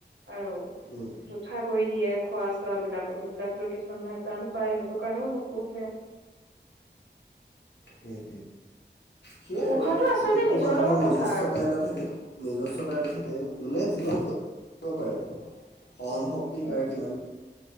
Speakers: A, on the right; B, on the left.
A: আৰু
B: হুম,
A: জোঠা কৰি দিয়ে। খোৱা-চোৱাবিলাকো, সেইবিলাক লৈ কিছুমান মানুহে টান পায়। সেইটো কাৰণেও নোপোহে।
B: হুম। সেয়াই,
A: পোহাটো
B: আৰু,
A: আচলতে
B: প্ৰত্যেকটো
A: নিজৰ
B: মানুহৰ
A: লগত
B: নিজস্বতা
A: কথা আৰু
B: এটা থাকে। নিজস্বতা এটা থাকে। যোনে যিমান সহিব পাৰে, আৰু সহনশক্তি
A: উম
B: কাৰ কিমান